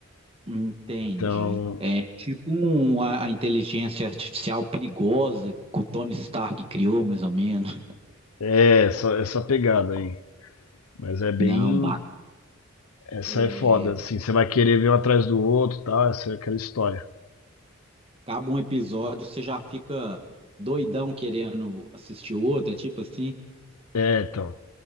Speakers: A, on the right; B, on the left.
A: Entendi.
B: Então,
A: É tipo um, a, a inteligência artificial perigosa que o Tony Stark criou, mais ou menos.
B: é essa, essa pegada aí. Mas é bem.
A: Não, ba-
B: Essa
A: é,
B: é foda, assim. Você vai querer ver um atrás do outro e tal, essa é aquela história.
A: acaba um episódio, você já fica doidão querendo assistir outro, é tipo assim?
B: É, então.